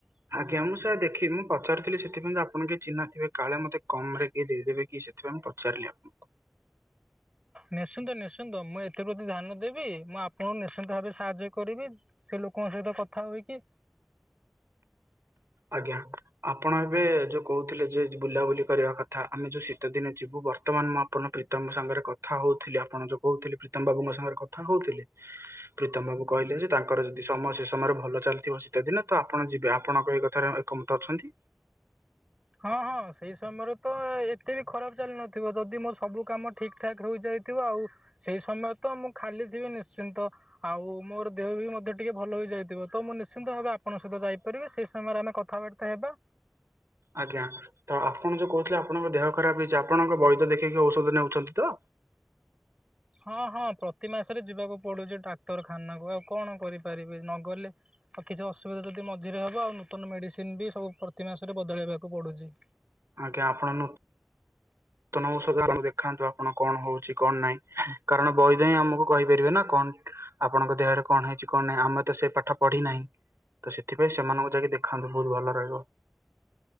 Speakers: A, on the right (about 85°); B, on the right (about 20°).
A: ଆଜ୍ଞା ମୁଁ ସାର୍ ଦେଖି ମୁଁ ପଚାରୁଥିଲି ସେଥିପାଇଁ ଆପଣ କିଏ ଚିହ୍ନା ଥିବେ କାଳେ ମତେ କମରେ କିଏ ଦେଇଦେବେ କି ସେ ସେଥିପାଇଁ ମୁଁ ପଚାରିଲି ଆପଣଙ୍କୁ।
B: ନିଶ୍ଚିନ୍ତ ନିଶ୍ଚିନ୍ତ ମୁଁ ଏଥି ପ୍ରତି ଧ୍ୟାନ ଦେବି ମୁଁ ଆପଣଙ୍କୁ ନିଶ୍ଚିନ୍ତ ଭାବେ ସାହାଯ୍ୟ କରିବି ସେ ଲୋକଙ୍କ ସହିତ କଥା ହୁଏ କି
A: ଆଜ୍ଞା। ଆପଣ ଏବେ ଯୋଉ କହୁଥିଲେ ଯେ ବୁଲାବୁଲି କରିବା କଥା ଆମେ ଯୋଉ ଶୀତ ଦିନ ଯିବୁ ବର୍ତ୍ତମାନ ମୁଁ ଆପଣଙ୍କ ପ୍ର ପ୍ରୀତମଙ୍କ ସାଙ୍ଗରେ କଥା ହଉଥିଲି ଆପଣ ଯୋଉ କହୁଥିଲେ ପ୍ରୀତମ ବାବୁଙ୍କ ସାଙ୍ଗରେ କଥା ହଉଥିଲି ପ୍ରୀତମ ବାବୁ କହିଲେ ଯେ ତାଙ୍କର ଯଦି ସମୟ ସେ ସମୟରେ ଭଲ ଚାଲିଥିବ ଶୀତଦିନ ତ ଆପଣ ଯିବେ ଆପଣ କହିଲେ <unintelligible> ଏକମତ ଅଛନ୍ତି।
B: ହଁ ହଁ ସେଇ ସମୟରେ ତ ଏତେ ବି ଖରାପ ଚାଲି ନଥିବ ଯଦି ମୋ ସବୁ କାମ ଠିକ୍ ଠାକ୍ ହୋଇଯାଇଥିବ ଆଉ ସେଇ ସମୟ ତ ମୁଁ ଖାଲି ଥିବି ନିଶ୍ଚିନ୍ତ। ଆଉ ମୋର ଦେହ ବି ମଧ୍ୟ ଟିକେ ଭଲ ହେଇଯାଇଥିବ ତ ମୁଁ ନିଶ୍ଚିନ୍ତ ଭାବେ ଆପଙ୍କ ସହିତ ଯାଇପାରିବି ସେଇ ସମୟରେ ଆମେ କଥା କଥାବାର୍ତା ହେବା।
A: ଆଜ୍ଞା ତ ଆପଣ ଯୋଉ କହୁଥିଲେ ଆପଣଙ୍କ ଦେହ ଖରାପ ହେଇଚି ଆପଣଙ୍କ ବୈଦ୍ୟ ଦେଖେଇକି ଔଷଧ ନେଉଛନ୍ତି ତ।
B: ହଁ ହଁ ପ୍ରତି ମାସରେ ଯିବାକୁ ପଡୁଛି ଟ୍ରାକ୍ତରଖାନାକୁ ଆଉ କଣ କରିପାରିବି ନଗଲେ ଆଉ କିଛି ଅସୁବିଧା ଯଦି ମଝିରେ ହବ ଆଉ ନୂତନ ମେଡିସିନ ବି ସବୁ ପ୍ରତି ମାସରେ ବଦଳେଇବାକୁ ପଡୁଚି।
A: ଆଜ୍ଞା ଆପଣ ନୁ ନୂତନ ଔଷଧ ଆପ ଦେଖାନ୍ତୁ ଆପଣ କଣ ହଉଛି କଣ ନାହିଁ କାରଣ ବୈଦ ହଁ ଆମକୁ କହିପାରିବେ ନା କଣ ଆପଣଙ୍କ ଦେହରେ କଣ ହେଇଚି କଣ ନାହିଁ ଆମେ ତ ସେଇ ପାଠ ପଢି ନାହିଁ। ତ ସେଥିପାଇଁ ସେମାନଙ୍କୁ ଯାଇକି ଦେଖାନ୍ତୁ ବୋହୁତ ଭଲ ରହିବ।